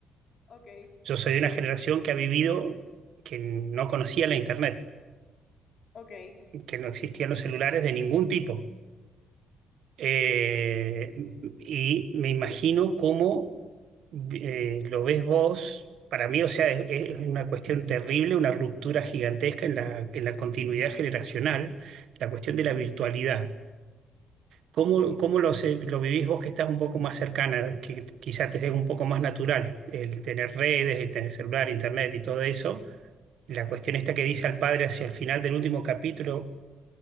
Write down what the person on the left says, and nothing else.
Ok,
ok,
sí,
sí.